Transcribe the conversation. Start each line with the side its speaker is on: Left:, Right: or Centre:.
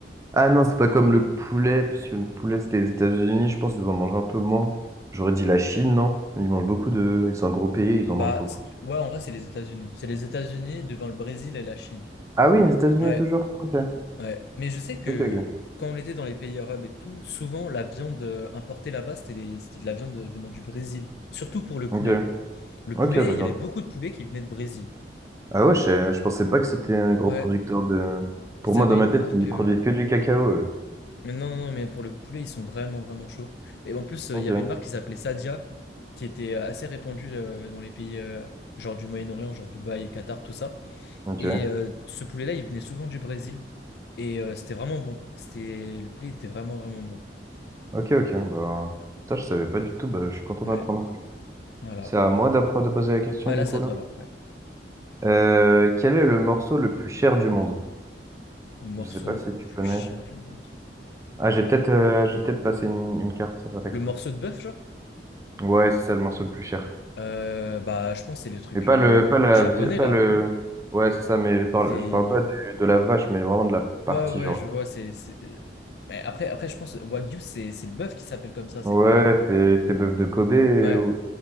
Right: Ah non, c'est pas comme le poulet, parce que le poulet, c'était les États-Unis, je pense qu'ils en mangent un peu moins. J'aurais dit la Chine, non? Ils mangent beaucoup de... Ils sont un gros pays, ils en
Left: Bah,
Right: mangent beaucoup.
Left: c- ouais, en vrai, c'est les États-Unis. C'est les États-Unis devant le Brésil et la Chine.
Right: Ah oui, les États-Unis
Left: Ouais,
Right: toujours. Ok.
Left: ouais. Mais je sais que
Right: Ok, ok.
Left: quand on était dans les pays arabes et tout, souvent la viande euh, importée là-bas, c'était des- c'était de la viande euh, venant du Brésil. Surtout pour le
Right: Ok,
Left: poulet. Le
Right: ok,
Left: poulet,
Right: d'accord.
Left: il y avait beaucoup de poulets qui venaient de Brésil.
Right: Ah ouais, je, sais- je pensais pas que c'était un gros
Left: Ouais,
Right: producteur de... Pour
Left: ils
Right: moi,
Left: avaient
Right: dans ma
Left: une
Right: tête,
Left: marque.
Right: ils produisent
Left: euh,
Right: que du cacao. eux.
Left: Mais non, non, non, mais pour le poulet, ils sont vraiment, vraiment chauds. Et en plus, euh,
Right: Ok.
Left: il y avait une marque qui s'appelait Sadia, qui était euh, assez répandue euh, dans les pays euh, genre du Moyen-Orient, genre Dubaï, Qatar, tout ça.
Right: Ok.
Left: Et euh, ce poulet-là, il venait souvent du Brésil. Et euh, c'était vraiment bon. C'était... Le poulet était vraiment, vraiment bon.
Right: Ok, ok. Bah, ça, je savais pas du tout. Bah, je suis content
Left: Ouais.
Right: d'apprendre.
Left: Voilà.
Right: C'est à moi d'appre- de poser la question
Left: Ouais,
Right: du
Left: là,
Right: coup
Left: c'est à toi,
Right: là.
Left: là. Ouais.
Right: Euh, quel est le morceau le plus cher du monde?
Left: Le morceau
Right: Je sais pas
Left: le
Right: si
Left: plus
Right: tu connais.
Left: cher du monde.
Right: Ah, j'ai peut-être euh, j'ai peut-être passé une, une carte sans faire exprès.
Left: Le morceau de bœuf, genre?
Right: Ouais, c'est ça le morceau le plus cher.
Left: Euh, bah, je pense que c'est les trucs
Right: Mais pas
Left: euh,
Right: le pas la
Left: japonais,
Right: vie pas
Left: là.
Right: le Ouais, c'est ça, mais je parle,
Left: C'est...
Right: je parle pas du- de la vache, mais vraiment de la partie
Left: Ouais, ouais,
Right: genre.
Left: je vois, c'est... c'est- Mais après, après, je pense, Wagyu, c'est c'est le bœuf qui s'appelle comme ça, c'est
Right: Ouais,
Left: pas...
Right: c'est c'est bœuf de Kobe et,
Left: Ouais,